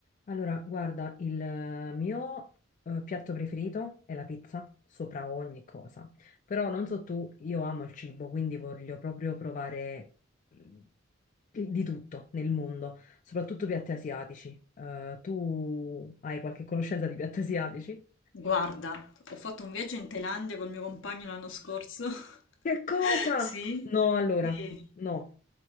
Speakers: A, on the left; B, on the left.
A: Allora, guarda, il eh, mio eh, piatto preferito è la pizza, sopra ogni cosa. Però non so tu, io amo il cibo, quindi voglio proprio provare eh, di tutto nel mondo, soprattutto piatti asiatici. Eh, tu hai qualche conoscenza di piatti asiatici?
B: Guarda, ho fatto un viaggio in Thailandia col mio compagno l'anno scorso.
A: Che cosa?
B: <laughs> Sì,
A: No, allora,
B: sì.
A: no,